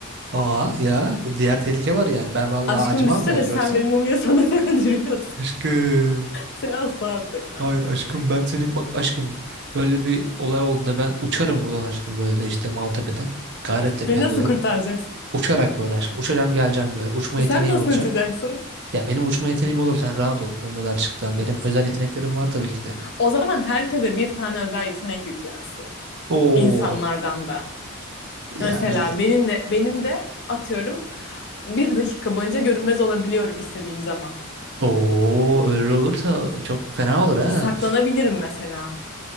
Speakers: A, on the right; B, on the left.
A: aa ya bu diğer tehlike var yani. Ben vallahi
B: Aşkım
A: acımam
B: düşünsene
A: ben görsen.
B: sen benim mumya sanatı <laughs> öldürüyorsun.
A: Aşkım.
B: Seni asla affetmem.
A: Hayır aşkım ben senin bak aşkım böyle bir olay olduğunda ben uçarım buradan aşkım böyle işte Maltepe'den Gayrettepe'ye
B: Beni nasıl
A: doğru
B: kurtaracaksın?
A: uçarak böyle aşkım uçacağım geleceğim böyle uçma
B: Sen
A: yeteneğim
B: nasıl
A: olacak.
B: uçacaksın?
A: Ya benim uçma yeteneğim olur sen rahat ol mumyalar çıktı benim özel yeteneklerim var tabii ki de.
B: O zaman herkese bir tane özel yetenek yüklensin.
A: Oo
B: İnsanlardan da.
A: ya
B: Mesela
A: bil
B: benimle, benim de atıyorum bir dakika boyunca görünmez olabiliyorum istediğim zaman.
A: Oo öyle olursa çok fena olur ha.
B: Saklanabilirim mesela.